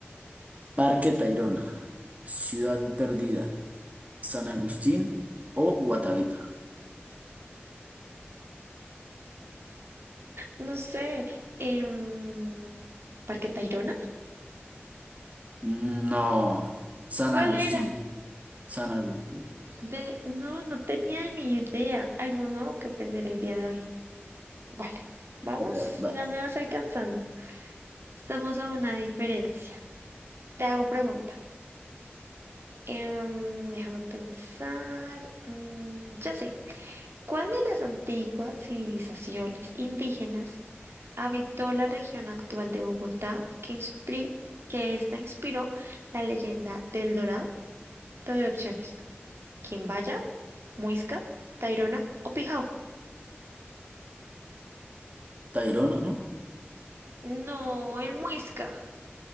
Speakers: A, on the right; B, on the right.
A: Parque Tayrona, Ciudad Perdida, San Agustín o Guatavita.
B: No sé, em, Parque Tayrona.
A: Mm, No, San
B: ¿Cuál
A: Agustín.
B: era?
A: San Agustín,
B: De... No, no tenía ni idea. Algo nuevo que aprender el día de hoy. Vale,
A: vale,
B: vamos,
A: vale.
B: ya me vas alcanzando. Estamos a una diferencia. Te hago pregunta. Em, déjame pensar. Mm, ya sé. ¿Cuál de las antiguas civilizaciones indígenas habitó la región actual de Bogotá que, inspri- que esta inspiró la leyenda del Dorado? Te doy opciones. Quimbaya, Muisca, Tairona o Pijao.
A: Tayrona, ¿no?
B: No, el Muisca.